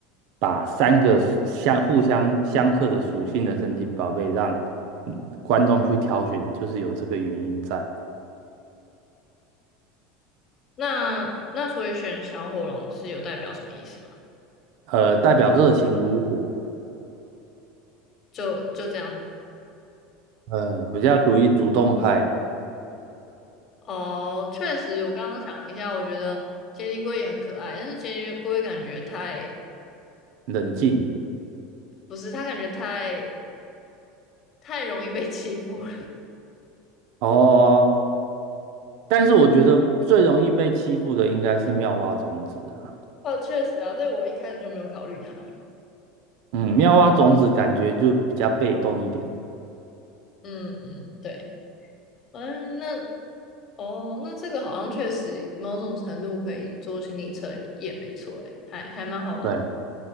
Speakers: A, on the right; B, on the left.
A: 把三个相互相相克的属性的神奇宝贝让嗯观众去挑选，就是有这个原因在。
B: 那那所以选小火龙是有代表什么意思吗？
A: 呃，代表热情如火，
B: 就就这样子。
A: 呃，比较属于主动派，
B: 哦，确实，我刚刚想了一下，我觉得杰尼龟也很可爱，但是杰尼龟感觉太，
A: 冷静。
B: 不是，它感觉太太容易被欺负了。
A: 哦，但是我觉得最容易被欺负的应该是妙蛙种子啊，
B: <laughs> 哦，确实啊，所以我一开始就没有考虑它。
A: 嗯，妙蛙种子感觉就比较被动一点。
B: 嗯嗯，对。嗯，那哦，那这个好像确实某种程度可以做心理测验，没错，诶，还还蛮好玩。
A: 对，